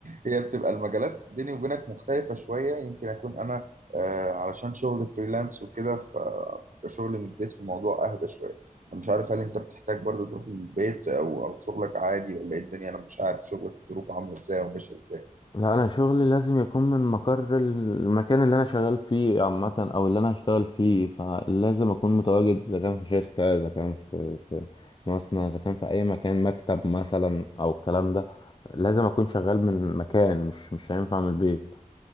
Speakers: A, on the right; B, on the left.
A: هي بتبقى المجالات بيني وبينك مختلفة شوية يمكن أكون أنا آه، علشان شغل فريلانس وكده فبيبقى شغلي من البيت في الموضوع أهدى شوية أنا مش عارف هل أنت بتحتاج برضو تروح للبيت أو أو شغلك عادي ولا إيه الدنيا أنا مش عارف شغلك ظروفه عاملة إزاي وماشية إزاي
B: لا انا شغلي لازم يكون من مقر المكان اللي انا شغال فيه عامه او اللي انا هشتغل فيه فلازم اكون متواجد اذا كان في شركه اذا كان في في مصنع اذا كان في اي مكان مكتب مثلا او الكلام ده لازم اكون شغال من مكان مش مش هينفع من البيت